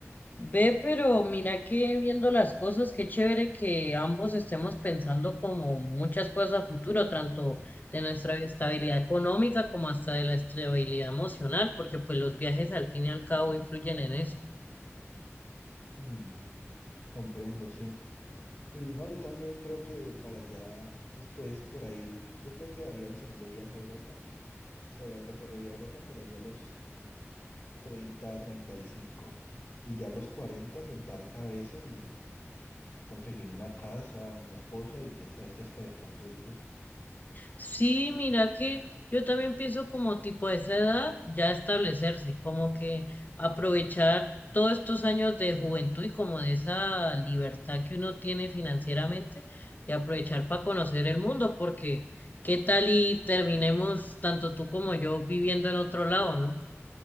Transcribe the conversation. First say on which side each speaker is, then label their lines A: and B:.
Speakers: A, on the left; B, on the left.
A: Ve, pero mira que viendo las cosas, qué chévere que ambos estemos pensando como muchas cosas a futuro, tanto de nuestra estabilidad económica como hasta de la estabilidad emocional, porque pues los viajes al fin y al cabo influyen en eso.
B: Mm, comprendo, sí. Y no, yo también creo que para allá, después, por ahí, yo creo que haría el segundo viaje a Europa. O sea, recorrería Europa por ahí a los treinta treinta Y cinco y ya a los 40, sentar cabeza y conseguirme una casa, una esposa y quién sabe si hasta de pronto hijos.
A: Sí, mira que yo también pienso como tipo de esa edad ya establecerse, como que aprovechar todos estos años de juventud y como de esa libertad que uno tiene financieramente y aprovechar para conocer el mundo, porque qué tal y terminemos tanto tú como yo viviendo en otro lado, ¿no?